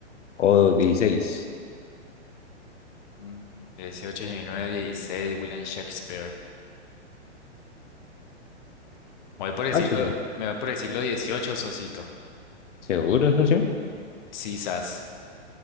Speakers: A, on the left; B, on the left.
A: o dieciséis.
B: mm, dieciocho, diecinueve, dieciséis, William Shakespeare. Me voy por el
A: ¿Cuál,
B: siglo,
A: socio?
B: me voy por el siglo dieciocho, socito.
A: ¿Seguro, socio?
B: Sisas.